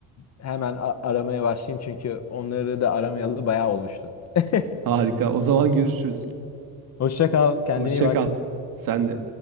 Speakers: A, on the left (about 45°); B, on the right (about 60°).
A: hemen a- aramaya başlayayım çünkü onları da aramayalı bayağı olmuştu. <laughs>
B: Harika. O zaman görüşürüz.
A: Hoşça kal, kendine
B: Hoşça
A: iyi bak.
B: kal. Sen de.